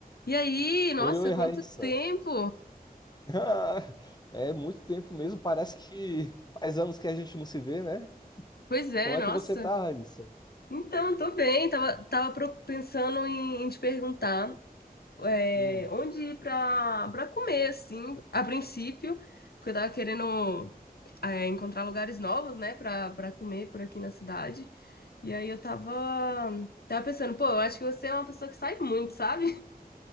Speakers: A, on the left; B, on the left.
A: E aí, nossa,
B: Oi, oi,
A: quanto
B: Raíssa.
A: tempo!
B: <laughs> Ah, É muito tempo mesmo, parece que faz anos que a gente não se vê, né?
A: Pois é,
B: Como é
A: nossa.
B: que você tá, Raíssa?
A: Então, tô bem. Tava, tava pro- pensando em, em te perguntar é,
B: Hum.
A: onde ir pra, pra comer, assim, a princípio, porque eu tava querendo é, encontrar lugares novos, né, pra, pra comer por aqui na cidade. E aí eu tava, tava pensando, pô, eu acho que você é uma pessoa que sai muito, sabe?